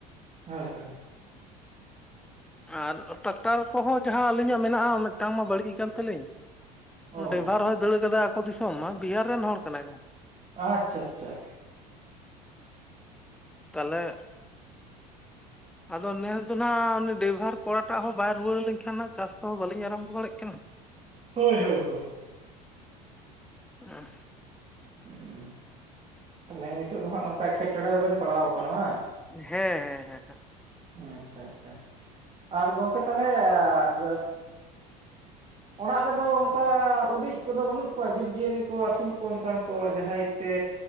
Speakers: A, on the right (about 30°); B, in the centre.
A: ᱦᱚᱭ ᱦᱚᱭ
B: ᱟᱨ ᱴᱨᱟᱠᱴᱟᱨ ᱠᱚ ᱦᱚᱸ ᱡᱟᱦᱟᱸ ᱟᱹᱞᱤᱧᱟᱜ ᱢᱮᱱᱟᱜᱼᱟ ᱢᱤᱫᱴᱟᱹᱝ ᱢᱟ ᱵᱟᱹᱲᱤᱡ ᱟᱠᱟᱱ ᱛᱟᱹᱞᱤᱧ
A: ᱚ
B: ᱰᱟᱭᱵᱷᱟᱨ ᱦᱚᱸᱭ ᱫᱟᱹᱲ ᱟᱠᱟᱫᱟ ᱟᱠᱚ ᱫᱤᱥᱚᱢ ᱢᱟ ᱵᱤᱦᱟᱨ ᱨᱮᱱ ᱦᱚᱲ ᱠᱟᱱᱟ ᱠᱚ
A: ᱟᱪᱪᱷᱟ ᱟᱪᱪᱷᱟ
B: ᱛᱟᱞᱦᱮ ᱟᱫᱚ ᱱᱮᱥ ᱫᱚ ᱱᱟᱦᱟᱜ ᱩᱱᱤ ᱰᱟᱭᱵᱷᱟᱨ ᱠᱚᱲᱟ ᱴᱟᱜ ᱦᱚᱸ ᱵᱟᱭ ᱨᱩᱣᱟᱹᱲ ᱞᱮᱱ ᱠᱷᱟᱱ ᱱᱟᱦᱟᱜ ᱪᱟᱥ ᱫᱚ ᱵᱟᱹᱞᱤᱧ ᱟᱨᱚᱢᱵᱷᱚ ᱫᱟᱲᱮᱜ ᱠᱟᱱᱟ <inaudible>
A: ᱦᱳᱭ ᱦᱳᱭ ᱦᱳᱭ
B: ᱮᱸ
A: ᱦᱩᱸᱻ ᱛᱟᱞᱦᱮ ᱱᱤᱛᱚᱜ ᱫᱚ ᱦᱟᱸᱜ ᱱᱚᱝᱠᱟ ᱮᱴᱠᱮᱴᱚᱲᱮ ᱨᱮ ᱵᱮᱱ ᱯᱟᱲᱟᱣ ᱟᱠᱟᱱᱟ ᱵᱟᱝ
B: ᱦᱮᱸ ᱦᱮᱸ ᱦᱮᱸ ᱦᱮᱸ
A: ᱟᱪᱪᱷᱟ ᱟᱪᱪᱷᱟ ᱟᱨ ᱜᱚᱝᱠᱮ ᱛᱟᱞᱦᱮᱻ ᱟᱨ ᱚᱲᱟᱜ ᱨᱮ ᱫᱚ ᱚᱱᱠᱟ ᱩᱨᱤᱡ ᱠᱚ ᱫᱚ ᱵᱟᱹᱱᱩᱜ ᱠᱚᱣᱟ ᱡᱤᱵᱽᱼᱡᱤᱭᱟᱹᱞᱤ ᱠᱚ ᱟᱹᱥᱩᱞ ᱠᱚ ᱚᱱᱠᱟᱱ ᱠᱚ ᱡᱟᱦᱟᱸᱭ ᱛᱮ